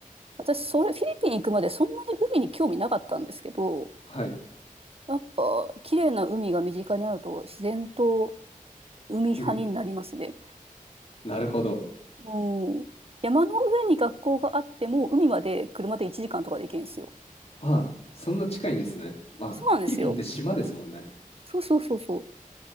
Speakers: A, on the right; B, on the left.
A: 私、それ、フィリピン行くまでそんなに海に興味なかったんですけど、
B: はい。
A: やっぱ、綺麗な海が身近にあると自然と海派になりますね。
B: うん、なるほど。
A: もうん。山の上に学校があっても、海まで車で1時間とかで行けるんですよ。
B: ああ、そんな近いんですね。まあ、
A: そうなんですよ。
B: フィリピンって島ですもんね。
A: そうそうそうそ